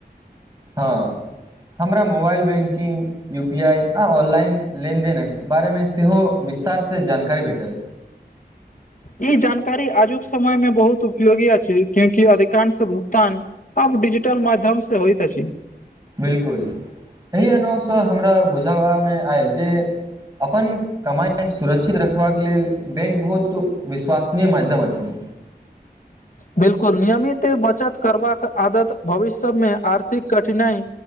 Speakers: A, on the right; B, on the left.
A: हँ हमरा mobile banking U P I आ ऑनलाइन लेनदेनक बारेमे सेहो विस्तारसँ जानकारी भेटल।
B: ई जानकारी आजुक समय मे बहुत उपयोगी अछि क्यूंकि अधिकांश भुगतान अब डिजिटल माध्यम से होइत अछि।
A: बिल्कुल एहि अनुवसँ हमरा बुझाबामे आयल जे अपन कमाइ सुरक्षित रखबाक लेल बैंक बहुत विश्वासनीय माध्यम अछि।
B: बिल्कुल नियमिते बचत करबाक आदत भविष्य मे आर्थिक कठिनाइ